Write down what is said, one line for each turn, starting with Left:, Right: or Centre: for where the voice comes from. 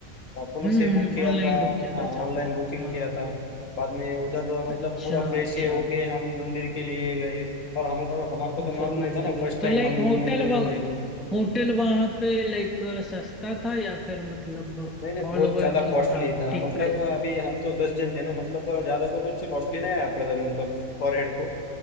Left: अपोलो
Centre: हम्म
Left: से बुक किया
Centre: ऑनलाइन
Left: था
Centre: बुक किया
Left: हाँ
Centre: था अच्छा
Left: ऑनलाइन
Centre: आपने
Left: बुकिंग
Centre: हाँ
Left: किया
Centre: हाँ
Left: था बाद में उधर मतलब
Centre: अच्छा
Left: पूरा फ्रेश
Centre: अच्छा
Left: ये होके हम मंदिर के लिए गए और हमको हमारे को
Centre: हाँ,
Left: तो मालूम
Centre: फिर मंदिर
Left: नहीं था ना
Centre: गए
Left: फर्स्ट टाइम
Centre: तो लाइक
Left: हम
Centre: होटल
Left: मंदिर को
Centre: व
Left: गए थे
Centre: होटल वहां पे लाइक सस्ता था या फिर मतलब
Left: नहीं नहीं
Centre: ऑल
Left: बहुत
Centre: ओवर
Left: ज्यादा
Centre: ठीक
Left: कॉस्टली
Centre: था
Left: था
Centre: ठीक
Left: मतलब
Centre: प्राइस था
Left: अभी हम तो दस जन थे ना मतलब ज्यादा तो कुछ कॉस्टली नहीं आया पड़ा था मतलब पर हेड को